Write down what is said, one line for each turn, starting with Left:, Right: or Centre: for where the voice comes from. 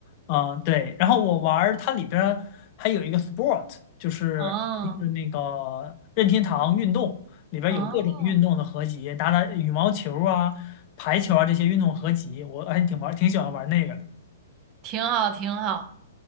Left: 嗯，对。然后我玩儿它里边儿还有一个 Sport，就是就是那个任天堂运动里边儿有各种运动的合集，
Right: 哦哦，
Left: 打打羽毛球啊、排球啊这些运动合集，我还挺玩儿挺喜欢玩儿那个的
Right: 挺好挺好。